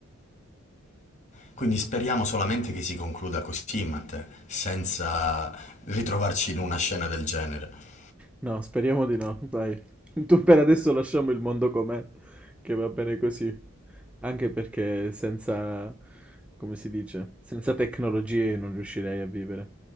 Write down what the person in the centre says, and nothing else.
No, speriamo di no, dai. Tu per adesso lasciamo il mondo com'è, che va bene così. Anche perché senza, come si dice, senza tecnologie io non riuscirei a vivere.